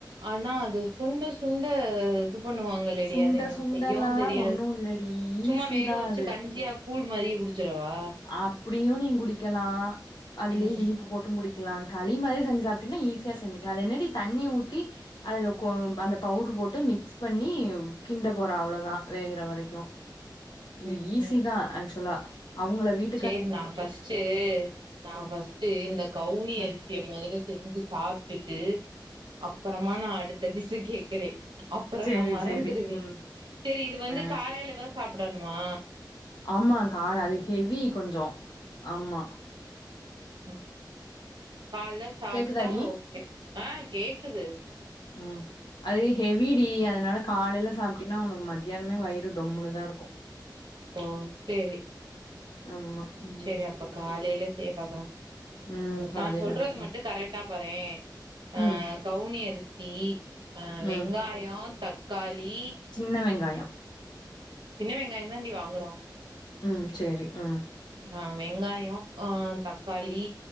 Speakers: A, on the right; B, on the left.
A: ஆனா அது சுண்ட சுண்ட இது பண்ணுவாங் களேடி
B: சுண்ட
A: அது எனக்கு
B: சுண்டல்லா
A: செய்யவு தெரியாது
B: ஒன்னு இல்லடி
A: சும்மா
B: ஈஸி
A: வேக
B: தா
A: வெச்சு
B: அது
A: கஞ்சியா கூல் மாரியே குடிச்சிறவா
B: அப்பிடியு நீ குடிக்கலா அதுலயு
A: ம்
B: இனிப்பு போட்டு குடிக்கலா களி மாதிரி செஞ்சி சாப்படீன்னா ஈஸியா செஞ்க்கலா அது என்னடி தண்ணி ஊத்தி அதுல அந்த பவுடர் போட்டு மிக்ஸ் பண்ணி கிண்ட போற அவ்ளோதா வேகுற வரைக்கு இது
A: ம்
B: ஈஸி தா ஆக்சுவலா அவங்கள வீட்
A: சேரி நா ஃபஸ்ட்டு நா ஃபஸ்ட்டு இந்த கவுனி
B: ம்
A: அரிசிய மொதல்ல செஞ்சு சாப்ட்டுட்டு அப்பறமா நா அடுத்த டிஸ்ச கேக்குறே அப்புற
B: சேரி
A: நா மறந்துடுவே
B: சேரி ம்
A: சேரி இது வந்து
B: அ
A: காலையில தா சாப்படணுமா
B: ஆமா கான அது ஹெவி கொஞ்சோ ஆமா
A: ம் கால்ல சாப்ட்டா
B: கேக்குதாடி
A: ஓகே ஆ கேக்குது
B: ம் அது ஹெவிடி அதனால காலையில சாப்பிட்டின்னா உனக்கு மத்தியானமே வயிறு டொம்முனுதா இருக்கு
A: ஓ சேரி
B: ஆமா ம்
A: சேரி அப்ப காலையில செய்யப்பாக்கற
B: ம் காலைல
A: நா சொல்றது
B: இப்ப சா
A: மட்டு கரெக்டா பாறே ஆ
B: ம்
A: கவுனி அரிசி
B: ம்
A: வெங்காயோ தக்காளி
B: சின்ன வெங்காயோ
A: சின்ன வெங்காயோ தாண்டி வாங்குறோ
B: ம் சேரி ம்
A: ஆ வெங்காயோ அ தக்காளி